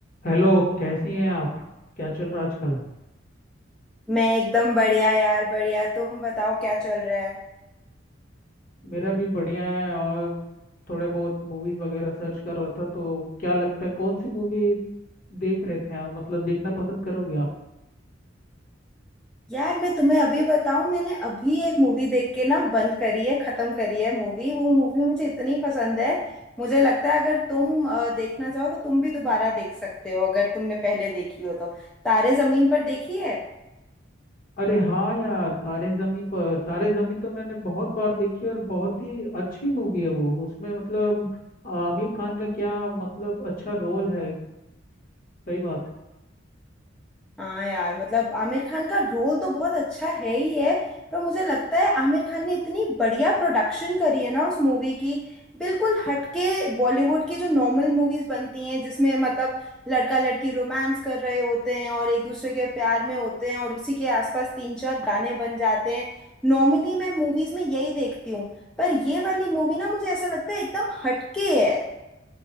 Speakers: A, on the left; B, in the centre.
A: Hello कैसी हैं आप क्या चल रहा है आजकल
B: मैं एकदम बढ़िया यार बढ़िया तुम बताओ क्या चल रहा है
A: मेरा भी बढ़िया है और थोड़े बहुत मूवीज वगैरह सर्च कर रहा था तो क्या लगता है कौन सी मूवी देख रहे थे आप मतलब देखना पसंद करोगे आप
B: यार मैं तुम्हें अभी बताऊं मैंने अभी एक मूवी देख के ना बंद करी है खत्म करी है मूवी वो मूवी मुझे इतनी पसंद है मुझे लगता है अगर तुम अ, देखना चाहो तो तुम भी दोबारा देख सकते हो अगर तुमने पहले देखी हो तो तारे जमीन पर देखी है
A: अरे हाँ यार तारे जमी पर तारे जमी तो मैंने बहुत बार देखी और बहुत ही अच्छी मूवी है वो उसमें मतलब आमिर खान का क्या मतलब अच्छा रोल है सही बात
B: हाँ यार मतलब आमिर खान का रोल तो बहुत अच्छा है ही है पर मुझे लगता है आमिर खान ने इतनी बढ़िया प्रोडक्शन करी है ना उस मूवी की बिल्कुल हटके बॉलीवुड की जो नॉर्मल मूवीज बनती हैं जिसमें मतलब लड़का लड़की रोमांस कर रहे होते हैं और एक दूसरे के प्यार में होते हैं और उसी के आसपास तीन चार गाने बन जाते हैं नॉर्मली मैं मूवीज में यही देखती हूँ पर ये वाली मूवी ना मुझे ऐसा लगता है एकदम हटके है